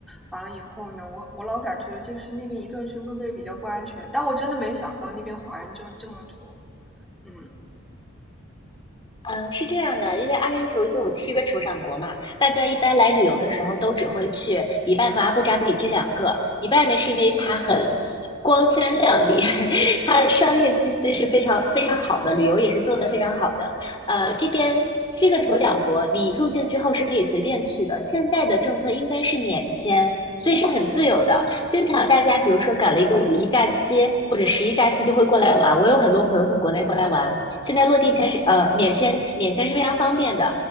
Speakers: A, in the centre; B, on the left.
A: 完了以后呢，我我老感觉就是那边一个人去会不会比较不安全？但我真的没想到那边华人就这么多，嗯，
B: 嗯，是这样的，因为阿联酋一共有七个酋长国嘛，大家一般来旅游的时候都只会去迪拜和阿布扎比这两个。迪拜呢，是因为它很光鲜亮丽，<laughs> 它商业气息是非常非常好的，旅游也是做得非常好的。呃，这边七个酋长国，你入境之后是可以随便去的，现在的政策应该是免签。所以是很自由的，经常大家比如说赶了一个五一假期或者十一假期就会过来玩。我有很多朋友从国内过来玩，现在落地签是呃免签，免签是非常方便的。